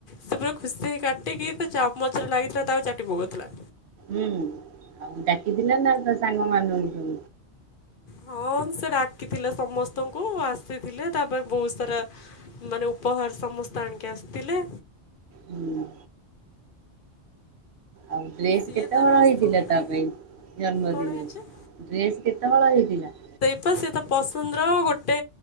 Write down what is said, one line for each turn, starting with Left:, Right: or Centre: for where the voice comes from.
Left: ସେ ପୁର ଖୁସି ହେଇ କାଟିକି, ତା ଚାମଚରେ ଲାଗିଥିଲା, ତାକୁ ଚାଟି ପକଉଥିଲା।
Right: ହୁଁ, ଆଉ ଡାକିଥିଲ ନା ତା ସାଙ୍ଗମାନଙ୍କୁ?
Left: ହଁ, ସେ ଡାକିଥିଲେ ସମସ୍ତଙ୍କୁ ଆସିଥିଲେ, ତା ପରେ ବହୁତ ସାରା ମାନେ ଉପହାର ସମସ୍ତେ ଆଣିକି ଆସିଥିଲେ।
Right: ହୁଁ। ଆଉ ଡ୍ରେସ୍
Left: ସିଏ
Right: କେତେ
Left: ତା
Right: ହଳ
Left: ପସନ୍ଦର
Right: ହେଇଥିଲା, ତା ପାଇଁ ଜନ୍ମଦିନରେ
Left: କ'ଣ ହେଇଛି
Right: ଡ୍ରେସ୍ କେତେ ହଳ ହେଇଥିଲା?
Left: ତ ସେ ତା ପସନ୍ଦର ଗୋଟେ